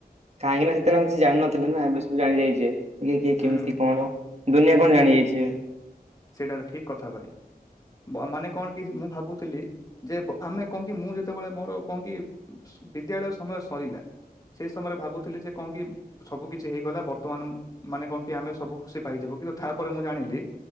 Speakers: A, on the right; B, on the left.
A: କାହିଁକିନା ସେତେବେଳେ ଆମେ କିଛି ଜାଣିନଥିଲେ ନା ଏବେ ସବୁ ଜାଣିଯାଇଚେ। ଇଏ କିଏ
B: ହୁଁ
A: କେମିତି କଣ ଦୁନିଆ କଣ ଜାଣି ଯାଇଛେ।
B: ସେଟାରେ ଠିକ୍ କଥା ଭାଇ ମାନେ କଣ କି ମୁଁ ଭାବୁଥିଲି। ଯେ ଆମେ କଣ କି ମୁଁ ଯେତେବେଳେ ମୋର କଁ କି ସୁ ବିଦ୍ୟାଳୟ ସମୟ ସରିଲା। ସେଇ ସମୟରେ ଭାବୁଥିଲି ଯେ କଣ କି ସବୁ କିଛି ହେଇଗଲା ବର୍ତ୍ତମାନ ମାନେ କଣ କି ଆମେ ସବୁ ଖୁସି ପାଇଯିବୁ କିନ୍ତୁ ତାପରେ ମୁଁ ଜାଣିଲି।